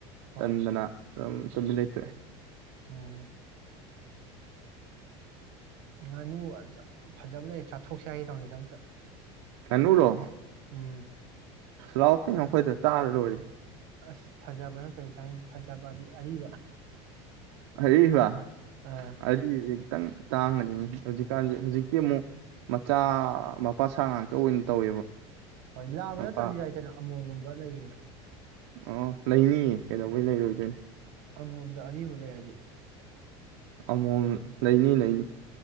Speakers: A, on the right (about 60°); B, on the right (about 75°).
A: ꯍꯣꯏꯅꯦ
B: ꯇꯟꯗꯅ <unintelligible> <unintelligible> ꯂꯩꯩꯇꯦ
A: ꯎꯝ ꯉꯥꯅꯨ ꯐꯖꯕ ꯂꯩ ꯆꯥꯊꯣꯛꯁꯦ ꯍꯥꯏꯒ ꯇꯧꯅꯤꯗ ꯑꯝꯇ
B: ꯑꯥꯅꯨꯔꯣ
A: ꯎꯝ
B: ꯂꯥꯎ ꯈꯣꯏꯅꯈꯣꯏꯗ
A: ꯑꯗ
B: ꯆꯥꯔ ꯂꯣꯏꯔꯦ
A: ꯑꯁ ꯐꯖꯕ ꯅꯠꯇꯔꯗꯤ ꯆꯥꯅꯤꯡꯗꯦ ꯐꯖꯕꯗꯤ ꯑꯔꯤꯕ
B: ꯑꯔꯤꯕ
A: ꯑꯥ
B: ꯑꯔꯤꯕꯁꯦ ꯈꯤꯇꯪ ꯇꯥꯡꯒꯅꯤꯉꯤ ꯍꯧꯖꯤꯛꯀꯥꯟꯁꯦ ꯍꯧꯖꯤꯛꯇꯤ ꯑꯃꯨꯛ ꯃꯆꯥ ꯃꯄꯥ ꯁꯥ ꯉꯥꯛꯇ ꯑꯣꯏꯅ ꯇꯧꯋꯦꯕ
A: ꯍꯣꯏ ꯂꯥꯕ
B: ꯃꯄꯥ
A: ꯅꯠꯇ꯭ꯔꯁꯨ ꯌꯥꯏ ꯀꯩꯅꯣ ꯑꯃꯣꯝꯒꯨꯝꯕ ꯂꯩꯔꯣꯏꯗꯔꯥ
B: ꯑꯣ ꯂꯩꯅꯤꯌꯦ ꯀꯩꯗꯧꯕꯩ ꯂꯩꯔꯣꯏꯗꯣꯏꯅꯤ
A: ꯑꯃꯣꯝꯗ ꯑꯔꯤꯕ ꯂꯩꯔꯗꯤ
B: ꯑꯃꯣꯝ ꯂꯩꯅꯤ ꯂꯩꯅꯤ